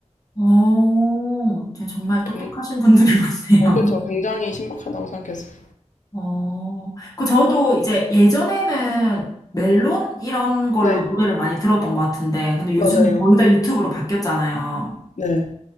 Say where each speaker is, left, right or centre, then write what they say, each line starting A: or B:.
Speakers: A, on the left; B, on the left.
A: 오, 정말 똑똑하신
B: 굉-
A: 분들이 <laughs> 많네요.
B: 어, 그렇죠. 굉장히 신박하다고 생각했어요.
A: 어, 그 저도 이제 예전에는 멜론 이런 걸로
B: 네,
A: 노래를 많이 들었던 것 같은데, 근데 요즘
B: 맞아요.
A: 거의 다 유튜브로 바뀌었잖아요.
B: 네,